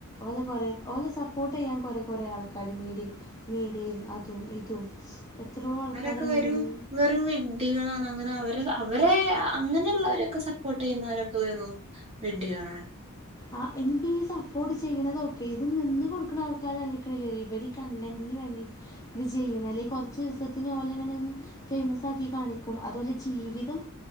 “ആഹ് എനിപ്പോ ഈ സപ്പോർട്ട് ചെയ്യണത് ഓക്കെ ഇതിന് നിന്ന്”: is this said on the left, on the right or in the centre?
Left